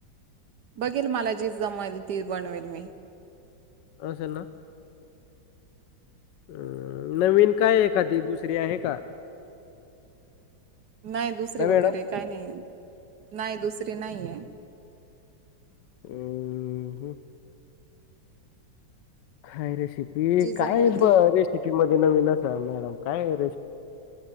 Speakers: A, on the right; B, on the left.
A: बघेल मला जी जमवेल ती बनवेल मी.
B: अस ना. अ नवीन काय एखादी दुसरी आहे का!
A: नाही दुसरी
B: ना मॅडम
A: वगैरे काय नाही. नाही दुसरी नाहीये,
B: हम ह काय रेसिपी
A: जी
B: काय
A: जमेल
B: ब
A: ती
B: रेसिपी मध्ये नवीन अस मॅडम, काय?